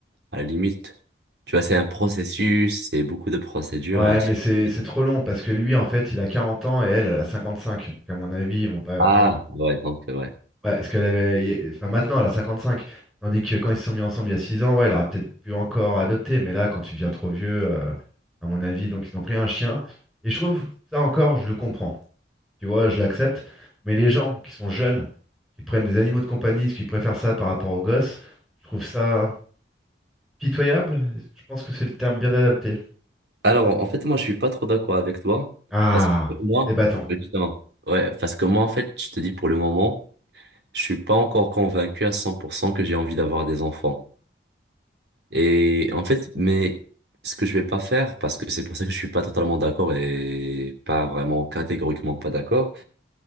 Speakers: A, on the right (about 70°); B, in the centre.
A: à la limite. Tu vois, c'est un processus, c'est beaucoup de procédures
B: Ouais,
A: et ainsi
B: mais c'est
A: de suite.
B: c'est trop long parce que lui, en fait, il a 40 ans et elle, elle a cinq. Donc, à mon avis, ils vont pas.
A: Ah,
B: Enfin,
A: ouais, donc, ouais.
B: Ouais, parce qu'elle avait. il- Enfin, maintenant, elle a 55. Tandis que quand ils se sont mis ensemble il y a 6 ans, ouais, elle aurait peut-être pu encore adopter. Mais là, quand tu deviens trop vieux, euh, à mon avis, donc ils ont pris un chien. Et je trouve, ça encore, je le comprends. Tu vois, je l'accepte. Mais les gens qui sont jeunes, qui prennent des animaux de compagnie, qui préfèrent ça par rapport aux gosses, je trouve ça pitoyable. Je pense que c'est le terme bien adapté.
A: Alors, en fait, moi, je suis pas trop d'accord avec toi.
B: Ah,
A: Parce que moi,
B: les bâtons.
A: justement, ouais, parce que moi, en fait, je te dis pour le moment, je suis pas encore convaincu à 100% que j'ai envie d'avoir des enfants. Et en fait, mais ce que je vais pas faire, parce que c'est pour ça que je suis pas totalement d'accord et pas vraiment catégoriquement pas d'accord,